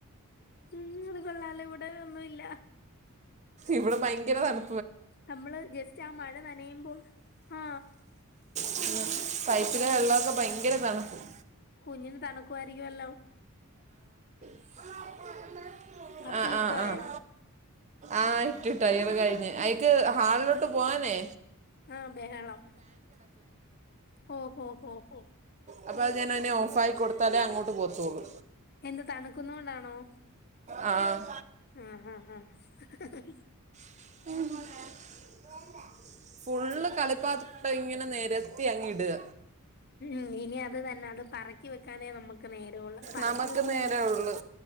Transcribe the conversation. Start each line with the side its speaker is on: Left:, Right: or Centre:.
Left: ഉം അത് കൊള്ളാല ഇവിടെ ഒന്നുമില്ല
Right: ഇവിടെ ഭയങ്കര തണു
Left: നമ്മള് ജസ്റ്റ് ആ മഴ നനയുമ്പോൾ ആ
Right: പിെ പൈപ്പിലെ വെള്ളമൊക്കെ ഭയങ്കര വെളക്കും
Left: കുഞ്ഞിന് തണുക്കുവായിരിക്കും അല്ലോ
Right: <unintelligible>
Left: അപ്പി
Right: ആഹ്
Left: ഇട്ടോ
Right: ആഹ്
Left: അയാള്
Right: ആഹ് ആഹ് ഇട്ട് ഇട്ട് അയാള് കഴിഞ്ഞ് അയാക്ക് ഹാളിലോട്ട് പോവാനേ
Left: ആഹ് ബഹളം ഓഹോഹോഹൊ
Right: അപ്പം അത് ഞാൻ അയിനെ ഓഫായി കൊടുത്താലേ അങ്ങോട്ട് പോവത്തോളു
Left: എന്ത് തണുക്കുന്നോണ്ടാണോ
Right: ആഹ്
Left: ആഹ് ആഹ് ആഹ്
Right: <unintelligible> ഫുള്ള് കളിപ്പാ ട്ടോ ഇങ്ങനെ നെരത്തി അങ്ങ് ഇടുക
Left: ഉം ഇനി അത് തന്നെ അത് പറക്കി വെക്കാനേ നമ്മുക്ക് നേരേള്ളൂ പറക്കി
Right: നമുക്ക്
Left: വെക്കും
Right: നേരെ
Left: പിന്നെ
Right: ഉള്ളു